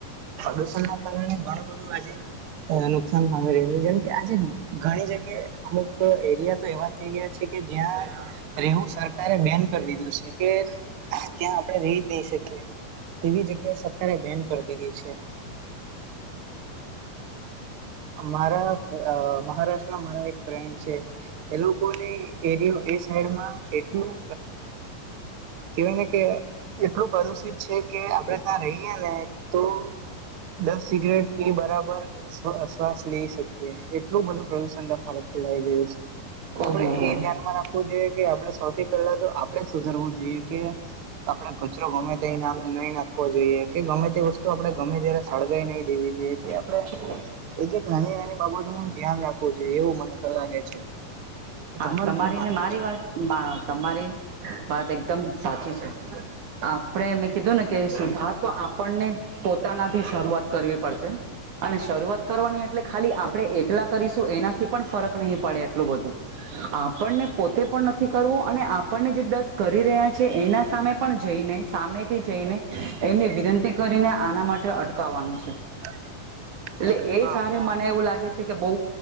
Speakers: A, on the right; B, on the right.
A: પ્રદુષણ ના કારણે ઘણું બધું આજે નુકસાન પામી રહ છે જેમ કે આજે ઘણી જગ્યાએ અમુક એરિયા તો એવા એરિયા છે કે જ્યાં એવું સરકારે બેન કરી દીધું છે કે ત્યાં આપણે રહી જ નહી શકીએ તેવી જગ્યા સરકારે બેન કરી દીધી છે. અ મારા અ મહારાષ્ટ્રમાં મારા એક ફ્રેન્ડ છે. એ લોકોને એરિયો એ સાઈડમાં એટલું કેવાય ને કે એટલું પ્રદુષિત છે કે આપણેે ત્યાં રહીયે ને તો દસ સિગરેટ પી બરાબર શ્વાસ લઈ શકીએ છે. એટલું બધું પ્રદુષણ દ્ફાવત ફેલાઈ ગયું છે તો
B: ઓહો
A: આપડે
B: હો
A: એ ધ્યાનમાં રાખ જોઈએ કે આપડે સૌથી પહેલા તો આપડે સુધરવું જોઈએ કે આપડે કચરો ગમે તે નહી નાખવો જોઈએ કે ગમે તે વસ્તુ આપણે ગમે ત્યારે સળગાઈ નહી દેવી જોઈએ. કે
B: <inaudible>
A: આપણે એક એક નાની નાની બાબત નું ધ્યાન રાખવું જોઈએ એવું મને તો લાગે છે. તમારું
B: હા તમારી
A: શું માનવું
B: ને મારી
A: છે
B: વાત તમારી વાત એકદમ સાચી છે. આપણે મેં કીધું ને કે સુધાર તો આપણને પોતાનાથી શરૂઆત કરવી પડશે. અને શરૂઆત કરવાની એટલે ખાલી આપણે એકલા કરીશું એનાથી પણ ફરક નહી પડે એટલું બધું આપણને પોતે પણ નથી કરવું અને આપણને જે દસ કરી રહ્યા છે એના સામે પણ જઈને સામેથી જઈને એમને વિનંતી કરીને આના માટે અટકાવવાનું છે.
A: <inaudible>
B: એટલે
A: હા
B: એ કારણે મને એવું લાગે છે કે બહુ